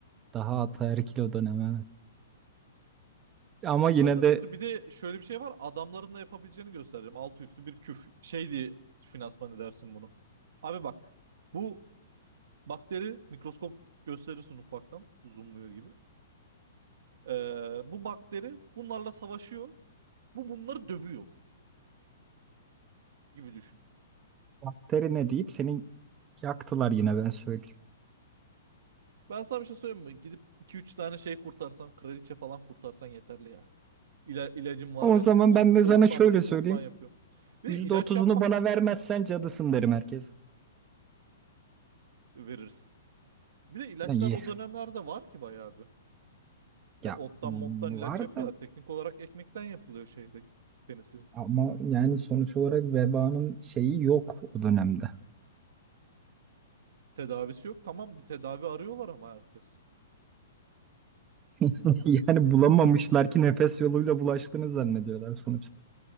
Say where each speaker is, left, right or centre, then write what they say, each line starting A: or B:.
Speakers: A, on the right (about 25°); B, on the right (about 70°).
A: daha ataerkil o dönem evet. Ama
B: <laughs>
A: yine
B: Adı
A: de
B: nedir? Bir de şöyle bir şey var. Adamların da yapabileceğini göstereceğim. Altı üstü bir küf. Şey diye finansman edersin bunu. Abi bak. Bu bakteri mikroskop gösterirsin ufaktan. Zoomluyor gibi. Ee, bu bakteri bunlarla savaşıyor. Bu bunları dövüyor gibi düşün.
A: bakteri ne deyip seni yaktılar yine ben söyleyeyim.
B: Ben sana bir şey söyleyeyim mi? Gidip iki üç tane şey kurtarsan, kraliçe falan kurtarsan yeterli ya. İla, ilacım var
A: O
B: benim.
A: zaman
B: Ot,
A: ben de sana
B: ottan,
A: şöyle söyleyeyim.
B: ottan yapıyorum. Bir
A: yüzde
B: de ilaç
A: otuzunu
B: yapmak
A: bana vermezsen cadısın derim herkese.
B: veririz. Bir de ilaçlar
A: Ne iyi.
B: o dönemlerde var ki bayağı bir. Ya
A: Ya
B: ottan mottan ilaç
A: var
B: yapıyorlar.
A: da
B: Teknik olarak ekmekten yapılıyor şeyde penisinin.
A: ama yani sonuç olarak vebanın şeyi yok o dönemde.
B: Tedavisi yok. Tamam bir tedavi arıyorlar ama herkes.
A: <laughs> Yani bulamamışlar ki nefes yoluyla bulaştığını zannediyorlar sonuçta.